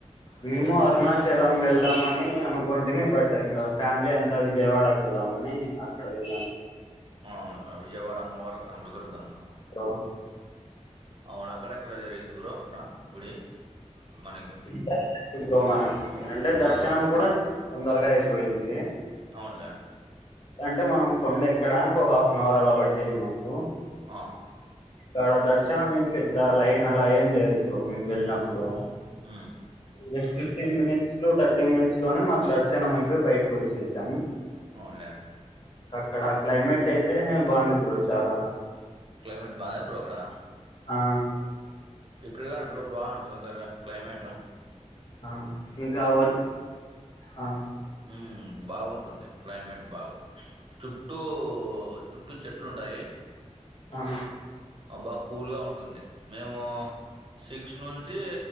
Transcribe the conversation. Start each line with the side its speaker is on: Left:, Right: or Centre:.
Left: మేము అరుణాచలం వెళ్దామని అనుకుంటిమి బట్ ఇంగ ఫ్యామిలీ అం త విజయవాడకు పోదామని అక్కడ వెళ్ళాం
Right: అవున్లే విజయవాడ అమ్మ వారు కనకదుర్గమ్మ
Left: లో
Right: అవును అక్కడెక్కడ జరిగింది బ్రో అక్కడ గుడి మనకి
Left: జరిగింది బ్రో మనం అంటే దర్శనం
Right: ఆ
Left: కూడా తొందరగా అయిపోయింది
Right: అవున్లే
Left: అంటే మనం కొండ ఎక్కడానికి ఒక హాఫ్ అన్ అవర్ అలా పట్టింది మాకు
Right: ఆ
Left: అక్కడ దర్శనం ఏం పెద్ద లైన్ అలా ఏం లేదు బ్రో మేమ్ వెళ్ళినప్పుడు
Right: ఉమ్మ్
Left: just fifteen minutes to thirty minutes లోనే మాకు దర్శనం అయిపోయి బయటకు వచ్చేసాం
Right: అవున్లే
Left: ఇంక అక్కడ క్లైమేట్ అయితే బాగుంది బ్రో చాలా
Right: క్లైమేట్ బాగుందా బ్రో అక్కడ
Left: ఆ
Right: ఇక్కడ కానీ బ్రో బాగుంటది క్ల క్లైమేటు
Left: ఆ ఇంకా వ ఆ
Right: ఉమ్మ్ బాగుంటుంది క్లైమేట్ బాగా చుట్టూ చుట్టూ చెట్లు ఉంటాయి
Left: ఆ
Right: అబ్బా కూల్ గా ఉంటుంది మేము సిక్స్ నుంచి